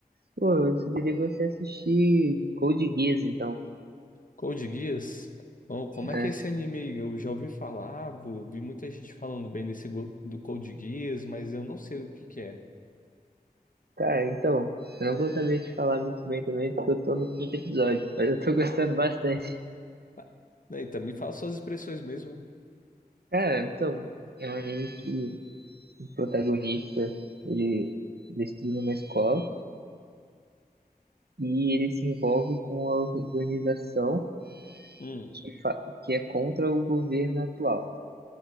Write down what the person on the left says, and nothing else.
Code Geass? Oh, como é
que é esse anime aí? Eu já ouvi falar, vo- vi muita gente falando bem desse go- do Code Geass, mas eu não sei o que que é.
Ah, Eita, me fala suas expressões mesmo.
Hum,